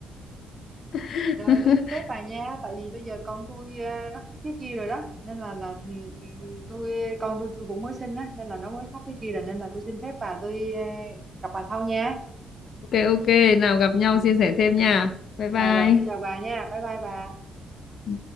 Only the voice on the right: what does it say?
rồi tôi xin phép bà nha tại vì bây giờ con tôi ờ, nó khóc cái kia rồi đó nên là là ừ, ừ, tôi con tôi tôi cũng mới sinh á nên là nó mới khóc cái kia rồi nên là tôi xin phép bà tôi ờ, gặp bà sau nha
Ừ.
Và rồi tôi chào bà nha. Bye bye bà.